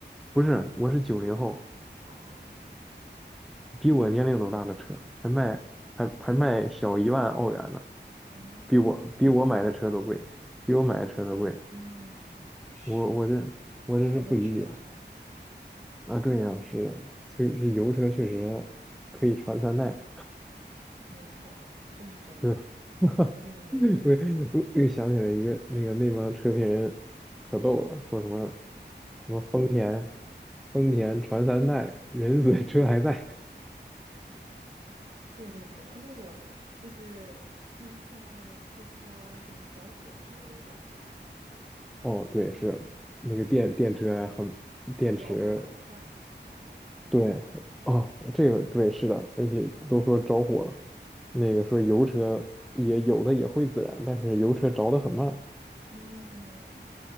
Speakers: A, in the centre; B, on the right.
A: 不是，我是九零后，
B: 哦哦
A: 比我年龄都大的车，还卖还还卖小一万澳元呢，
B: 哦，嗯，
A: 比我比我买的车都贵，
B: 对，
A: 比我买的车都贵。
B: 嗯，是，
A: 我我这我这是不理解
B: 可能质量好，
A: 啊，对呀，是的，所以这油车确实可以传三代。
B: 没错，这是真的，
A: 对吧？<laughs>
B: 对对对对对。
A: 我我我又想起来一个那个那帮车评人可逗了，说什么什么丰田，丰田传三代，人死车还在。
B: 对对对，而且我就是经常看到那个特斯拉什么着火之类的，有点儿害怕。
A: 哦，对，是那个电电车呀，很电池，
B: 一着火可快了哈。
A: 对，哦，这个对是的，而且都说着火，那个说油车也有的也会自燃，但是油车着得很慢，
B: 嗯，